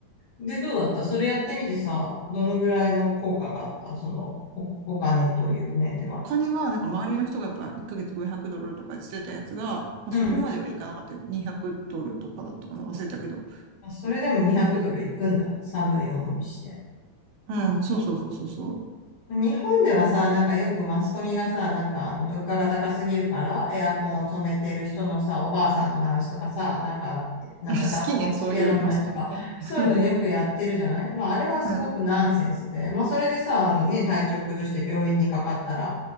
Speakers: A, on the left (about 55°); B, on the right (about 80°).
A: で、どうだったそれやってみてさ、どのぐらいの効果があったその、お、お金という面では。
B: お金は、なんか周りの人がやっぱ1ヶ月500ドルとかしてたやつが、まあ、
A: うん。
B: そこまではいかなかったよ。200ドルとかだったかな忘れたけど。
A: まあそれでも200ドルいくんだ。寒い思いして。
B: うん、そうそうそうそうそう。
A: 日本ではさ、なんかよくマスコミがさ、なんかあの物価が高すぎるから、エアコンを止めてる人のさ、おばあさんの話とかさ、なんか、
B: <laughs>
A: なんか暖房つけられないとか、
B: 好きね、そういうマスコミね。<laughs>
A: そういうのよくやってるじゃないまああれはすごくナンセンスで、
B: うん、
A: まあそれでさ、あのね、体調崩して病院にかかったら、